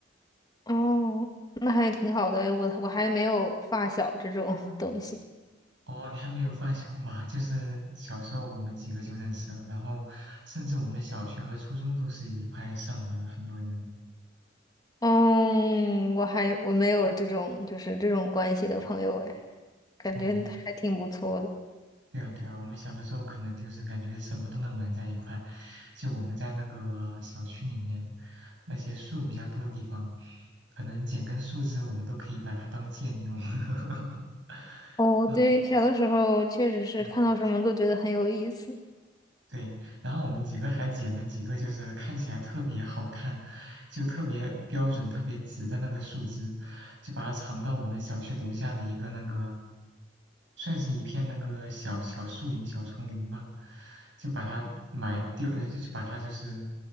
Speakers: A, on the left; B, on the right.
A: 哦，那还挺好的诶我我还没有发小这种 <laughs> 东西，
B: 哦，你还没有发小嘛？就是小时候我们几个就认识了，然后甚至我们小学和初中都是一块上的，很多人。
A: 嗯，我还我没有这种就是这种关系的朋友诶。感觉还挺不错的。
B: 哦，对啊，对啊，我们小的时候可能就是感觉什么都能玩在一块，就我们在那个小区里面，那些树比较多的地方，可能剪根树枝我们都可以把它当剑用。<laughs>
A: 哦，
B: 嗯
A: 对，小的时候确实是看到什么都觉得很有意思，
B: 嗯对，然后我们几个还捡了几个，就是看起来特别好看，就特别标准、特别直的那个树枝，就把它藏到我们小区楼下的一个那个，算是一片那个小小树林、小丛林吧，就把它埋丢，呃就就把它就是，